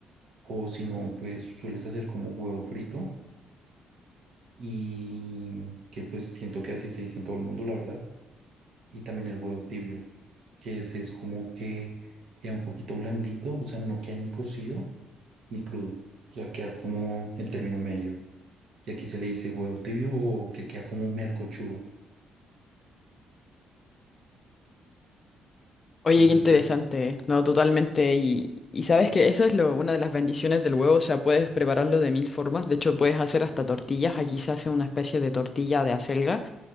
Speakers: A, on the right (about 65°); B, on the left (about 35°).
A: O si no, pues sueles hacer como huevo frito y que pues siento que así se dice en todo el mundo, la verdad. Y también el huevo tibio, que ese es como que queda un poquito blandito, o sea, no queda ni cocido ni crudo, o sea, queda como en término medio. Y aquí se le dice huevo tibio o que queda como melcochudo.
B: Oye,
A: Entonces,
B: qué interesante,
A: pues
B: no, totalmente. Y, y sabes que eso es lo, una de las bendiciones del huevo, o sea, puedes prepararlo de mil formas. De hecho, puedes hacer hasta tortillas. Aquí se hace una especie de tortilla de acelga.